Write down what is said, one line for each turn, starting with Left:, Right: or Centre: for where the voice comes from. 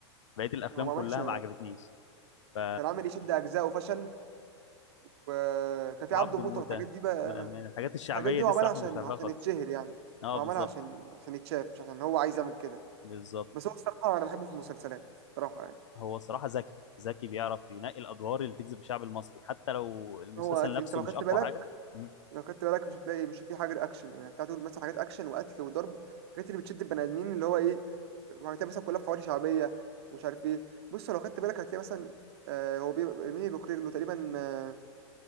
Left: بقيه الافلام
Right: هو ما
Left: كلها
Right: عملش
Left: ما عجبتنيش ف
Right: كان عامل يشد اجزاء وفشل وكان
Left: وعبد
Right: في عبده موته
Left: موته
Right: والحاجات دي بقى
Left: والالماني الحاجات الشعبيه
Right: بس الحاجات دي
Left: دي
Right: هو عملها
Left: الصراحه
Right: عشان
Left: ما كنتش بحبها
Right: عشان
Left: خالص
Right: يتشهر يعني
Left: اه
Right: هو
Left: بالظبط
Right: عملها عشان عشان يتشاف مش عشان هو عايز يعمل كده
Left: بالظبط
Right: بس هو الصراحه انا بحبه في المسلسلات الصراحه يعني
Left: هو الصراحة ذكي ذكي بيعرف ينقي الأدوار اللي تجذب الشعب المصري حتى لو المسلسل
Right: هو انت
Left: نفسه
Right: لو
Left: مش
Right: خدت
Left: أقوى
Right: بالك
Left: حاجة مم.
Right: لو خدت بالك مش هتلاقي مش هتلاقي حاجه اكشن يعني هتلاقي طول مثلا حاجات اكشن وقتل وضرب الحاجات اللي بتشد البني ادمين اللي هو ايه هتلاقي مثلا كلها في حواري شعبيه ومش عارف ايه بص لو خدت بالك هتلاقي مثلا آه هو بيبقى مين اللي بيخرج له تقريبا آه